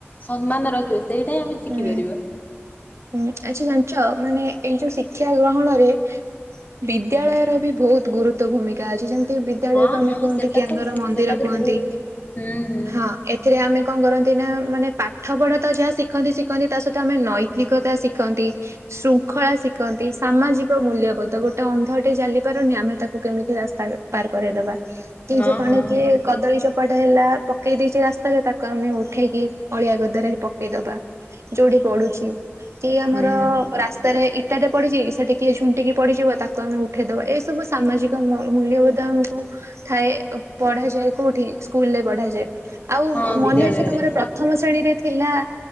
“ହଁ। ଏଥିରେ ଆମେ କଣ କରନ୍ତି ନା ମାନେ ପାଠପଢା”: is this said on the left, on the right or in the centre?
Right